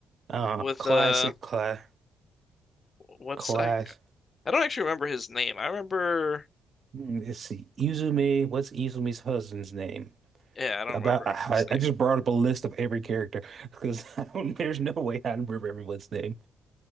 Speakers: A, on the right (about 45°); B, on the left (about 40°).
A: Uh,
B: with
A: classic,
B: uh,
A: class,
B: what's
A: class.
B: I? I don't actually remember his name. I remember.
A: Mm, Let's see, Izumi. What's Izumi's husband's name?
B: Yeah, I don't
A: about
B: remember
A: I,
B: his name.
A: I just brought up a list of every character because <laughs> I don't, there's no way I remember everyone's name.